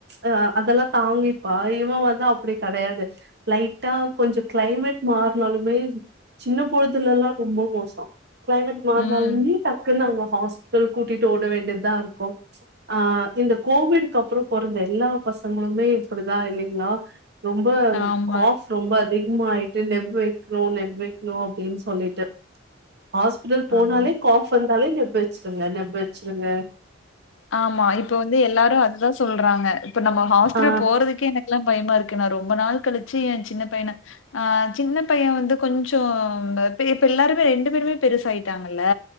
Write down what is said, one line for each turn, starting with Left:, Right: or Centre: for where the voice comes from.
Right: அ அதெல்லா தாங்கிப்பா இவன் வந்து அப்டி கடையாது லைட்டா கொஞ்சோ கிளைமேட் மாறுனாலுமே சின்ன பொளுதலெல்லா ரொம்ப மோசோ க்ளைமேட் மாறனாலுமே
Left: ம்.
Right: டக்குன்னு அவ ஹாஸ்பிட்டல் கூட்டிட்டு ஓட வேண்டியது தா இருக்கு அ இந்த கோவிட்டுக்கு அப்புறோ புறந்த எல்லா பசங்களுமே இப்புடிதா இல்லிங்ளா ரொம்ப
Left: ஆமா,
Right: காஃப் ரொம்ப அதிக் சும்மா ஆயிட்டு நெக் வைக்கணு நெக் வைக்கணு அப்டின்னு சொல்லிட்டு ஆஸ்பிட்டல் போனாலே
Left: ஆமா.
Right: காஃப் வந்தாலே நெக் வெடிச்சிடுங்க நெப் வெச்சிடுங்க
Left: ஆமா இப்ப வந்து எல்லாரு அதுதா சொல்றாங்க இப்ப நம்ம ஹாஸ்பிட்டல்
Right: ஆ
Left: போறதுக்கே எனக்கெல்லா பயமாருக்கு க்கு நா ரொம்ப நாள் கழிச்சு என் சின்ன பையன அ சின்ன பைய வந்து கொஞ்சோ பே எல்லாருமே ரெண்டு பேருமே பெருசாயிட்டாங்கல்ல